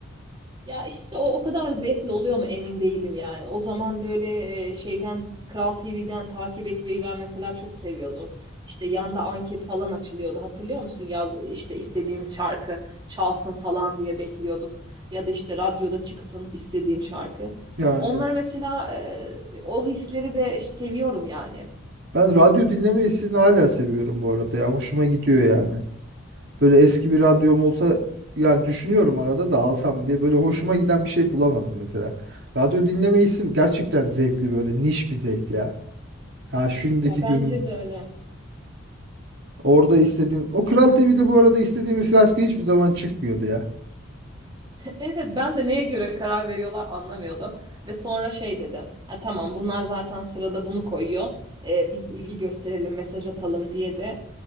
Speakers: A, on the right (about 20°); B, on the right (about 60°).
A: Ya işte o o kadar zevkli oluyor mu emin değilim yani. O zaman böyle e, şeyden Kral TV'den takip etmeyi ben mesela çok seviyordum. İşte yanda anket falan açılıyordu. Hatırlıyor musun? Yaz işte istediğimiz şarkı çalsın falan diye bekliyorduk. Ya da işte radyoda çıksın istediğim şarkı.
B: Yani
A: Onları mesela e, o hisleri de seviyorum yani.
B: ben radyo dinleme hissini hala seviyorum bu arada ya. Hoşuma gidiyor yani. Böyle eski bir radyom olsa yani düşünüyorum arada da alsam diye böyle hoşuma giden bir şey bulamadım mesela. Radyo dinleme hissi gerçekten zevkli böyle niş bir zevk ya. Ha şimdiki
A: Ya bence
B: günüm
A: de öyle.
B: orada istediğin o Kral TV'de bu arada istediğimiz şarkı hiçbir zaman çıkmıyordu ya.
A: Evet ben de neye göre karar veriyorlar anlamıyordum. Ve sonra şey dedim. Ha, tamam bunlar zaten sırada bunu koyuyor. Ee, biz ilgi gösterelim mesaj atalım diye de